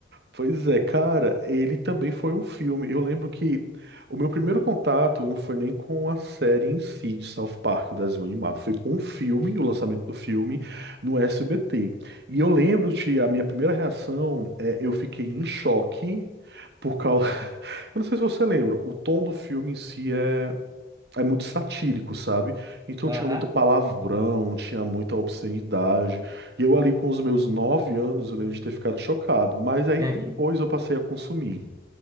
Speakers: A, on the right (about 65°); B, on the right (about 20°).
A: Pois é, cara, ele também foi um filme. Eu lembro que o meu primeiro contato não foi nem com a série em si de South Park, o desenho animado, foi com o filme, o lançamento do filme no SBT. E eu lembro que a minha primeira reação é eu fiquei em choque por causa. <laughs> Eu não sei se você lembra, o tom do filme em si é é muito satírico, sabe? Então
B: Aham.
A: tinha muito palavrão, tinha muita obscenidade. E eu ali com os meus nove anos, eu lembro de ter ficado chocado. Mas aí depois
B: É que,
A: eu passei a consumir.